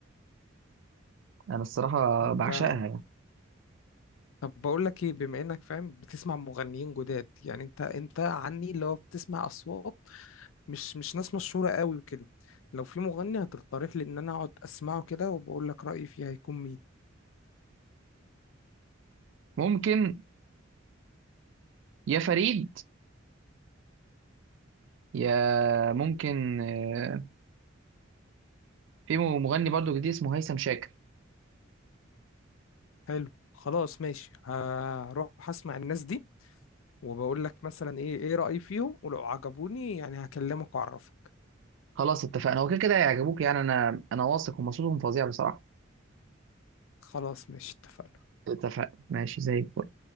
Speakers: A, on the right (about 65°); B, on the left (about 80°).
A: انا الصراحه
B: طب
A: بعشقها يعني
B: طب بقول لك ايه بما انك فاهم بتسمع مغنيين جداد يعني انت انت عني اللي هو بتسمع اصوات مش مش ناس مشهوره قوي وكده لو في مغني هتقترح لي ان انا اقعد اسمعه كده وبقول لك رايي فيه هيكون مين
A: ممكن يا فريد يا ممكن آه، في مغني برضو جديد اسمه هيثم شاكر
B: حلو خلاص ماشي هروح اسمع الناس دي وبقول لك مثلا ايه ايه رايي فيهم ولو عجبوني يعني هكلمك واعرفك
A: خلاص اتفقنا هو كده كده هيعجبوك يعني انا انا واثق هم صوتهم فظيع بصراحه
B: خلاص ماشي اتفقنا
A: اتفقنا ماشي زي الفل